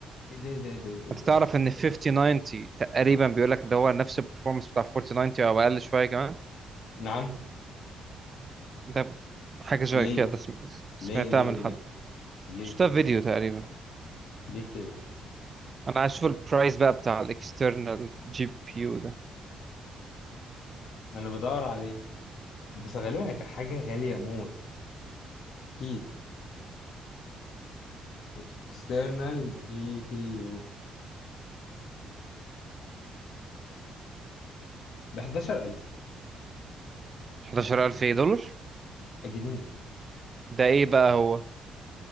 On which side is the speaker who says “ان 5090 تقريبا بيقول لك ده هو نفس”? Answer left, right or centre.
Right